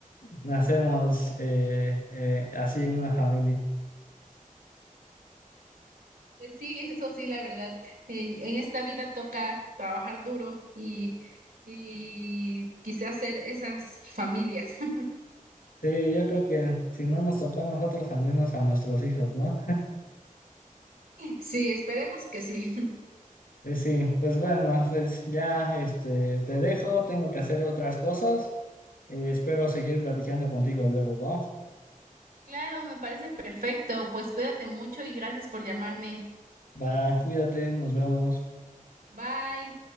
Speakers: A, on the left; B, on the right.
A: nacemos eh, eh, así en una familia.
B: Pues sí, eso sí, la verdad. eh, en esta vida toca trabajar duro y, y quizás hacer esas familias. <laughs>
A: Sí, yo creo que si no nos tocó a nosotros, al menos a nuestros hijos, ¿no?
B: Sí, esperemos que sí.
A: Pues sí, pues bueno, pues ya este, te dejo, tengo que hacer otras cosas. Eh, espero seguir platicando contigo luego, ¿va?
B: Claro, me parece perfecto. Pues cuídate mucho y gracias por llamarme.
A: Va, cuídate, nos vemos.
B: Bye.